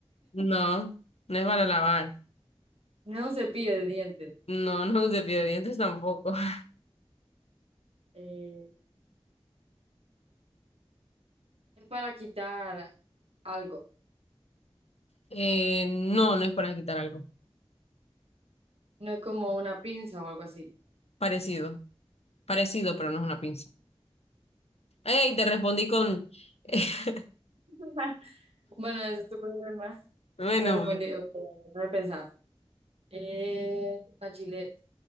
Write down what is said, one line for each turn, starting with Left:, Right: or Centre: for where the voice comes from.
Left: No, no es para lavar.
Right: No es un cepillo de dientes.
Left: No, <laughs> no es de pie de dientes tampoco. <laughs>
Right: Eh, es para quitar algo.
Left: Eh, no, no es para quitar algo.
Right: No es como una pinza o algo así.
Left: Parecido. Parecido, pero no es una pinza. ¡Ey! Te respondí con. <laughs>
Right: <laughs> Bueno, ese es tu problema.
Left: Bueno,
Right: No respondí.
Left: pues.
Right: ok, No he pensado. Eh, una chile.